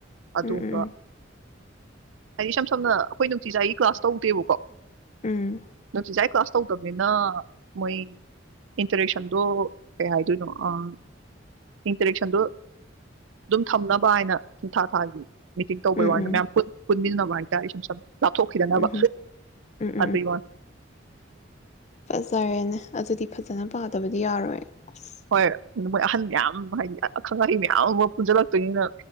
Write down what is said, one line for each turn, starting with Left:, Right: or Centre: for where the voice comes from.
Right: ꯑꯗꯨꯒꯨꯝꯕ
Left: ꯎꯝ ꯎꯝ ꯎꯝ
Right: ꯍꯥꯏꯗꯤ ꯏꯁꯝ ꯁꯝꯅ ꯑꯩꯈꯣꯏ ꯅꯨꯡꯇꯤꯖꯥꯏꯒꯤ ꯀ꯭ꯂꯥꯁ ꯇꯧꯗꯦꯕꯀꯣ
Left: ꯎꯝ
Right: ꯅꯨꯡꯇꯤꯖꯥꯏ ꯀ꯭ꯂꯥꯁ ꯇꯧꯗꯝꯅꯤꯅ ꯃꯣꯏ ꯏꯟꯇꯥꯔꯦꯛꯁꯟꯗꯣ ꯀꯩ ꯍꯥꯏꯗꯣꯏꯅꯣ ꯑꯥ ꯏꯟꯇꯥꯔꯦꯛꯁꯟꯗꯣ ꯑꯗꯨꯝ ꯊꯝꯅꯕ ꯍꯥꯏꯅ ꯁꯤꯡ ꯊꯥ- ꯊꯥꯒꯤ ꯃꯤꯇꯤꯡ ꯇꯧꯕꯩ
Left: ꯎꯝ ꯎꯝ ꯎꯝ
Right: ꯋꯥꯅꯤꯗꯥ ꯃꯌꯥꯝ ꯄꯨꯟ ꯄꯨꯟꯃꯤꯟꯅꯕ ꯍꯥꯏꯇꯥꯔꯦ ꯁꯨꯝ ꯏꯁꯝ-ꯁꯝ ꯂꯥꯞꯊꯣꯛꯈꯤꯗꯅꯕ
Left: ꯎꯝ ꯎꯝ ꯎꯝ
Right: ꯑꯗꯩ ꯋꯥ
Left: ꯐꯥꯖꯔꯦꯅꯦ ꯑꯗꯨꯗꯤ ꯐꯖꯅ ꯄꯥꯗꯕꯗꯤ ꯌꯥꯔꯣꯏ ꯑꯁ
Right: ꯍꯣꯏ ꯃꯣꯏ ꯑꯍꯟ ꯃꯌꯥꯝ ꯑꯃ ꯍꯥꯏꯗꯤ ꯑꯈꯪ ꯑꯍꯩ ꯃꯌꯥꯝ ꯑꯃ ꯄꯨꯟꯖꯤꯟꯂꯛꯇꯣꯏꯅꯤꯅ